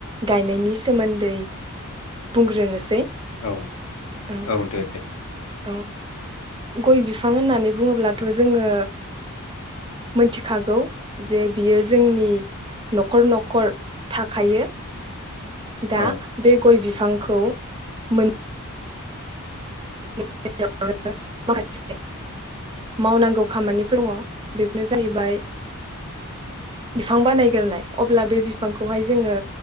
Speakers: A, on the right; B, on the left.
A: गायनायनि सोमोन्दै बुंग्रोनोसै।
B: औ
A: ओं
B: औ दे दे
A: औ गय बिफां होननानै बुङोब्लाथ जोङो मोनथिखागौ जे बियो जोंनि न'खर न'खर थाखायो। दा
B: औ
A: बे गय बि फांखौ मो <unintelligible> माखासे मावनांगौ खामानिफोर दङ बेफोरनो जाहैबाय बिफां बानायग्रोनाय अब्ला बे बिफांखौहाय जोङो